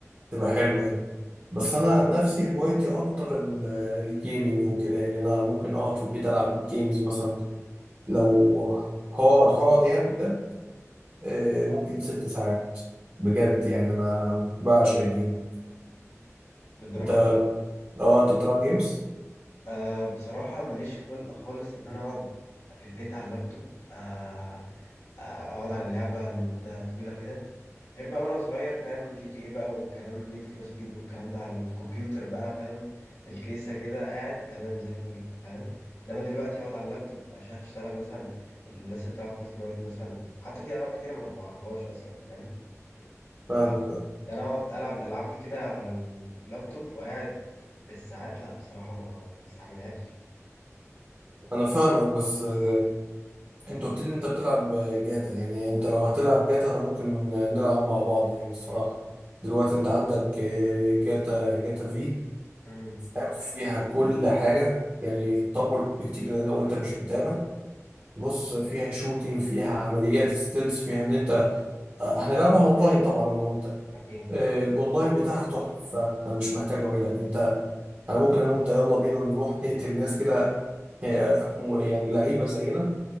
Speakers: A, on the right (about 35°); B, on the left (about 80°).
A: تبقى حلوة يعني بس أنا نفسي هوايتي أكتر ال- الجيمنج وكده يعني أنا ممكن أقعد في البيت ألعب جيمز مثلا لو هقعد هقعد يعني بجد آه، ممكن ست ساعات بجد يعني أنا بعشق الجيمز
B: للدرجه
A: انت
B: دي
A: اه انت بتلعب جيمز
B: أه بصراحة ماليش خلق خالص إن أنا أقعد في البيت على اللابتوب أه آه، أقعد على لعبة لمدة طويلة كده غير بقى وأنا صغير فاهم جي تي إيه بقى والكلام نيد فور سبيد والكلام ده على الكمبيوتر بقى فاهم بالكيسة كده قاعد تمام زي الفل فاهم إنما دلوقتي أقعد على اللابتوب عشان أشتغل مثلا الناس اللي بتلعب فورتنايت مثلا حتى في ألعاب كتيرة ما معرفهاش أصلا فاهم
A: فاهمك
B: فإن
A: اه.
B: أنا أقعد ألعب الألعاب دي كده على اللابتوب وقاعد بالساعات لأ بصراحة ما ما بستحملهاش
A: انا فاهمك بس آه، انت قلت لي انت بتلعب آه، جاتا يعني انت لو هتلعب جاتا انا ممكن آه، نلعب مع بعض يعني الصراحة دلوقتي انت عندك آه، جاتا جاتا في
B: امم
A: فاهم فيها كل حاجة يعني اتطور بكتير لو انت مش متابع بص فيها شوتينج فيها عمليات ستيلز فيها ان انت آه، هنلعبها اونلاين طبعا انا وانت
B: اكيد
A: آه، الاونلاين بتاعها تحفة انا مش محتاج اقول لك انت انا ممكن انا وانت يلا بينا نروح نقتل ناس كده هي يعني لعيبة زينا